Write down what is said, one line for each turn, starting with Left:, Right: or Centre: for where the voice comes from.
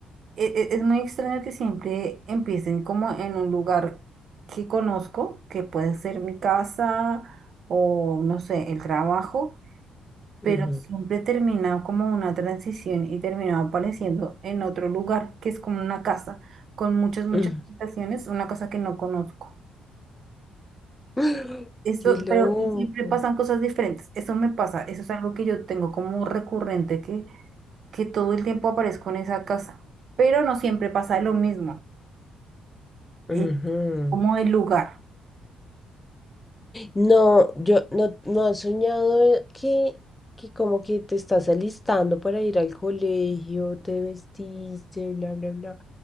Right: e- e- es muy extraño que siempre empiecen como en un lugar que conozco, que puede ser mi casa o no sé, el trabajo, pero
Left: ujú,
Right: siempre termina como una transición y termina apareciendo en otro lugar, que es como una casa, con muchas, muchas
Left: ujú,
Right: habitaciones, una casa que no conozco.
Left: <gasps> <laughs>
Right: Eso,
Left: Qué loco.
Right: pero y siempre pasan cosas diferentes. Eso me pasa, eso es algo que yo tengo como recurrente que que todo el tiempo aparezco en esa casa, pero no siempre pasa lo mismo,
Left: ujú.
Right: eh, como el lugar,
Left: No, yo no, no has soñado eh, que, que como que te estás alistando para ir al colegio, te vestiste, bla, bla, bla.